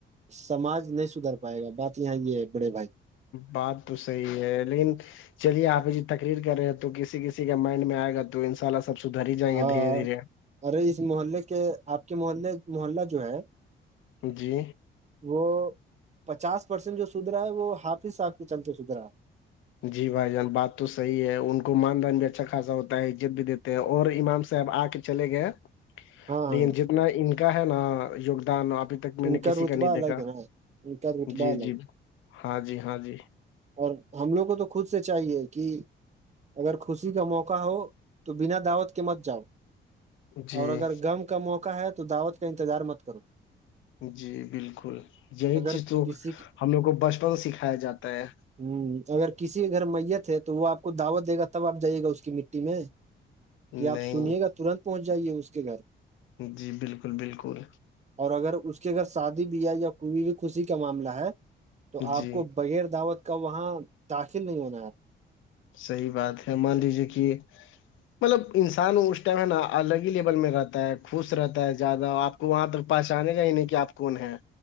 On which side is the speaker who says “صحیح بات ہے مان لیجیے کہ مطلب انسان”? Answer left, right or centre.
Left